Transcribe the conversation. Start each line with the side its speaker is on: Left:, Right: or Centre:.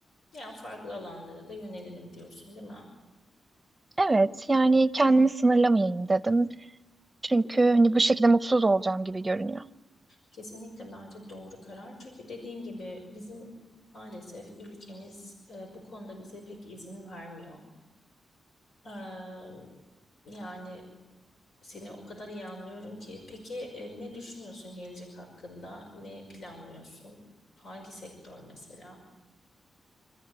Left: Yani farklı alanlara da yönelirim diyorsun, değil mi?
Right: Evet yani kendimi sınırlamayayım dedim. Çünkü hani bu şekilde mutsuz olacağım gibi görünüyor.
Left: Kesinlikle bence doğru karar. Çünkü dediğin gibi bizim maalesef ülkemiz e, bu konuda bize pek izin vermiyor. Ee, yani seni o kadar iyi anlıyorum ki. Peki e, ne düşünüyorsun gelecek hakkında? Ne planlıyorsun? Hangi sektör mesela?